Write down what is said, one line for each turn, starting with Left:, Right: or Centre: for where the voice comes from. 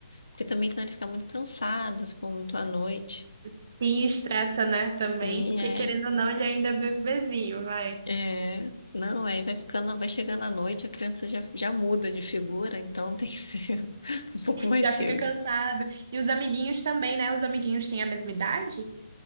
Left: porque também senão ele fica muito cansado, se for muito à noite.
Right: Sim, estressa, né? Também,
Left: Sim,
Right: porque
Left: é.
Right: querendo ou não, ele ainda é bebezinho, vai.
Left: É, não, aí vai ficando, vai chegando à noite, a criança já, já muda de figura, então tem que ser <laughs> um pouco mais
Right: Já
Left: cedo.
Right: fica cansado. E os amiguinhos também, né? Os amiguinhos têm a mesma idade?